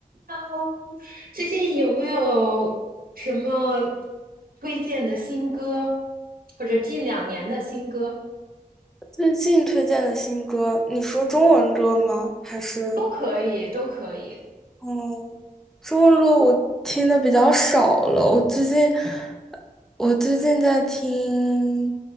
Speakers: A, on the right; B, in the centre.
A: Hello，最近有没有什么推荐的新歌，或者近两年的新歌？
B: 最近推荐的新歌，你说中文歌吗？还是
A: 都可以，都可以。
B: 嗯，中文歌我听的比较少了。我最近，我最近在听，